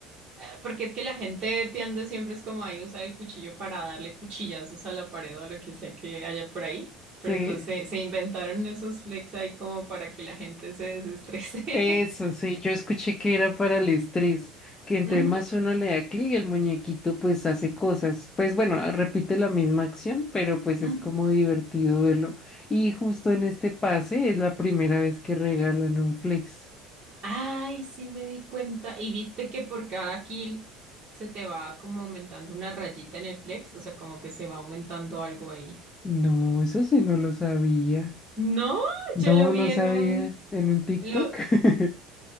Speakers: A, on the right; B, on the left.
A: Eh, Porque es que la gente tiende siempre es como ahí usar el cuchillo para darle cuchillazos a la pared o a lo que sea que haya por ahí. Pero
B: Sí,
A: entonces se, se inventaron esos flex ahí como para que la gente se desestrese.
B: Eso sí, yo escuché que era para el estrés, que entre
A: <laughs> Ujú,
B: más uno le da clic, el muñequito pues hace cosas. Pues bueno, ah, repite la misma acción, pero pues
A: ujú.
B: es como divertido verlo. Y justo en este pase es la primera vez que regalan un flex.
A: Ay, sí me di cuenta. Y viste que por cada kill se te va como aumentando una rayita en el flex, o sea, como que se va aumentando algo ahí.
B: No, eso sí no lo sabía.
A: No,
B: No,
A: yo lo vi
B: no
A: en
B: sabía
A: un...
B: en un TikTok
A: Lo,
B: <laughs>